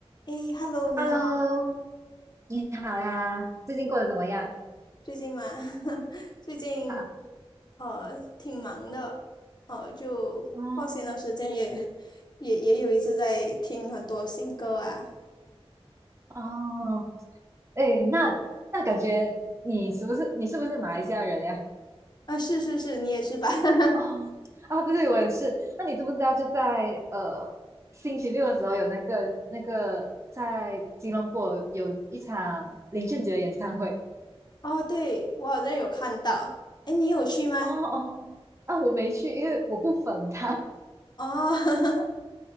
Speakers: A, on the left; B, on the right.
A: 诶，Hello，你好，
B: Hello，你好呀，最近过得怎么样？
A: 最近吗？<laughs> 最近
B: 哈，
A: 呃挺忙的，呃就放闲的时间也
B: 嗯，
A: 也也有一次在听很多新歌啊。
B: 哦，哎，那那感觉你是不是你是不是马来西亚人呀？
A: 啊，是是是，你也是吧？<laughs>
B: 哦，啊，对对，我也是。那你知不知道，就在呃星期六的时候有那个那个在吉隆坡有一场林俊杰的演唱会？
A: 哦，对，我好像有看到。诶，你有去吗？
B: 哦哦，啊，我没去，因为我不粉他。
A: 哦，